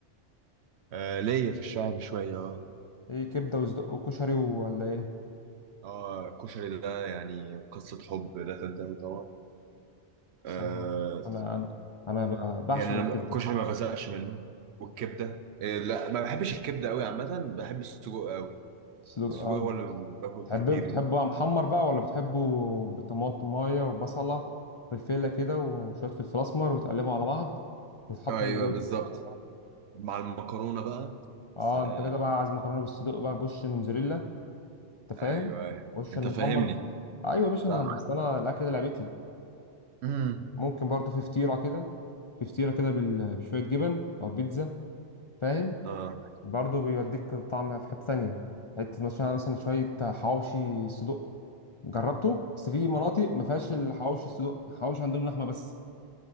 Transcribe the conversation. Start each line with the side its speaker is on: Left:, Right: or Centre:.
Right: آه ليا في الشعر شويه اه
Left: ايه كبده وصدق وكشري ولا ايه
Right: اه الكشري ده يعني قصه حب لا تنتهي طبعا
Left: الصراحه
Right: آه
Left: انا انا انا ب- بعشق
Right: يعني
Left: الكبده
Right: انا الكشري ما بزهقش منه والكبده آه لا ما بحبش الكبده قوي عامه بحب السجق قوي
Left: صدق
Right: السجق هو اللي باكل
Left: تحب
Right: كتير
Left: بتحبه محمر بقى ولا بتحبه بطماطمايه وبصله فلفله كده وشويه فلفل اسمر وتقلبه على بعض وتحطه
Right: ايوه
Left: في الرغيف
Right: بالظبط مع المكرونه بقى
Left: اه
Right: سلام
Left: انت كده بقى عايز مكرونه بالصدق بقى بوش موتزاريلا انت
Right: ايوه
Left: فاهم
Right: أيوة.
Left: وش
Right: انت
Left: المحمر
Right: فاهمني
Left: ايوه يا باشا
Right: صح
Left: انا اصل انا الاكل ده لعبتي
Right: امم
Left: ممكن برضو في فطيره كده في فطيره كده بال- بشويه جبن او بيتزا فاهم
Right: اه
Left: برضه بيوديك طعمها في حتة تانية حتة مثلا مثلا شوية حواوشي صدق جربته بس في مناطق ما فيهاش الحواوشي الصدق الحواوشي عندهم لحمة بس